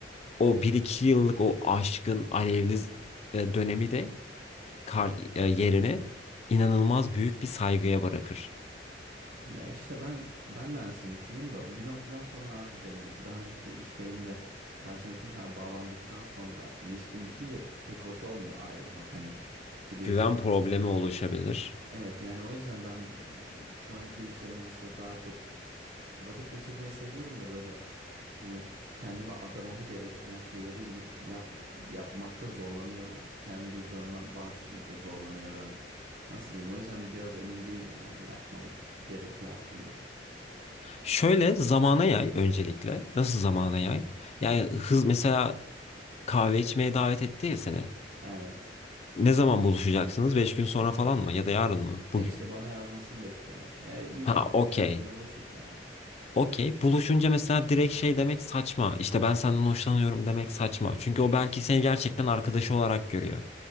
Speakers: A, on the left; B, on the right.
A: o bir iki yıllık o aşkın alevli e, dönemi de kar, e, yerini inanılmaz büyük bir saygıya bırakır.
B: Ya işte ben ben de aynısını düşünüyorum da bir noktadan sonra artık hani daha önceki ilişkilerimde karşındaki insana bağlandıktan sonra ilişkin bitince pek hoş olmuyor ayrılmak hani biliyorsundur
A: Güven problemi
B: tabii.
A: oluşabilir.
B: Evet yani o yüzden ben şu anki ilişkilerimde mesela daha çok Vakit geçirmeyi seviyorum da böyle hani kendime adamamı gerektiren şeyleri y- yap, yapmakta zorlanıyorum. Kendi duygularımdan bahsetmekte zorlanıyorum. Nasıl diyeyim? O yüzden biraz emin değilim yani ne yapmam gerektiği hakkında.
A: Şöyle zamana yay öncelikle. Nasıl zamana yay? Yani hız mesela kahve içmeye davet etti ya seni.
B: Evet.
A: Ne zaman buluşacaksınız? 5 gün sonra falan mı? Ya da yarın mı? Bugün.
B: Ya işte bana yazmasını bekliyorum. Ya bir iki,
A: Ha
B: bir
A: okey.
B: iki birkaç güne buluşuruz herhalde.
A: Okey. Buluşunca mesela direkt şey demek saçma. İşte ben senden hoşlanıyorum demek saçma. Çünkü o belki seni gerçekten arkadaşı olarak görüyor.